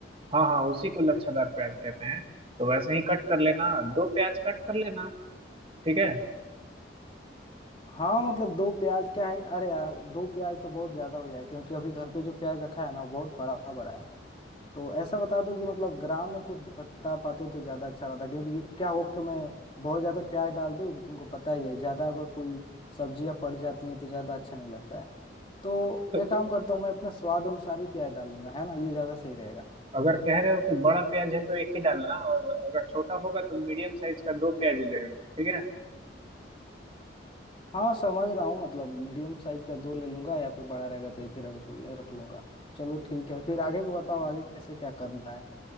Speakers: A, on the right; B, on the left.
A: हाँ हाँ उसी को लच्छादार प्याज कहते हैं तो वैसे ही कट कर लेना दो प्याज कट कर लेना ठीक है
B: हाँ मतलब दो प्याज क्या है अरे यार दो प्याज तो बहुत ज्यादा हो जाए क्योंकि अभी घर पे जो प्याज रखा है ना वो बहुत बड़ा बड़ा है तो ऐसा बता दो कि मतलब ग्राम में कुछ बता पाते तो ज्यादा अच्छा रहता क्योंकि क्या हो कि मैं बहुत ज्यादा प्याज डाल दूँ तो तुमको पता ही है ज्यादा अगर कोई सब्जियां पड़ जाती हैं तो ज्यादा अच्छा नहीं लगता है तो
A: तो
B: एक काम करता हूँ मैं अपने स्वाद अनुसार ही प्याज डालूंगा है ना ये ज्यादा सही रहेगा
A: अगर कह रहे हो कि बड़ा प्याज है तो एक ही डालना और अगर छोटा होगा तो मीडियम साइज का दो प्याज ले लेना ठीक है
B: हाँ समझ रहा हूँ मतलब मीडियम साइज का दो ले लूंगा या फिर बड़ा रहेगा तो एक ही रख रख लूंगा चलो ठीक है फिर आगे का बताओ आगे कैसे क्या करना है